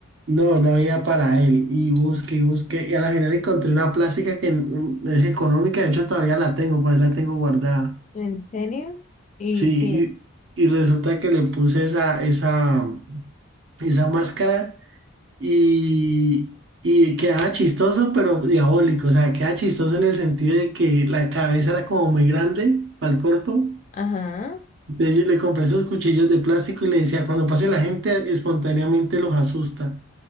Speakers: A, on the right; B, on the left.
A: No, no había para él. Y busqué y busqué. Y a la final encontré una plástica que mm, es económica. De hecho, todavía la tengo, por ahí la tengo guardada.
B: ¿En serio? ¿Y
A: Sí,
B: qué?
A: y, y resulta que le puse esa, esa, esa máscara. y, y quedaba chistoso, pero diabólico. O sea, quedaba chistoso en el sentido de que la cabeza era como muy grande para el cuerpo.
B: Ajá.
A: Entonces yo le compré esos cuchillos de plástico y le decía, cuando pase la gente, espontáneamente los asusta.